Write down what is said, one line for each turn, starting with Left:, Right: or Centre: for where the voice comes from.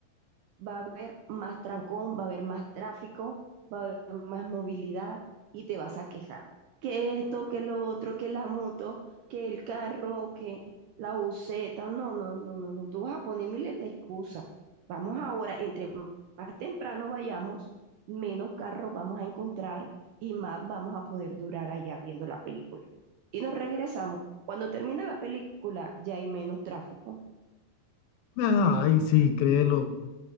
Right: va a haber más trancón, va a haber más tráfico, va a haber más movilidad y te vas a quejar. Que esto, que lo otro, que la moto, que el carro, que la buseta. No, no, no, no, no. Tú vas a poner miles de excusas. Vamos ahora, entre más temprano vayamos, menos carros vamos a encontrar y más vamos a poder durar allá viendo la película. Y nos regresamos. Cuando termina la película ya hay menos tráfico.
Left: Ay, sí, créelo.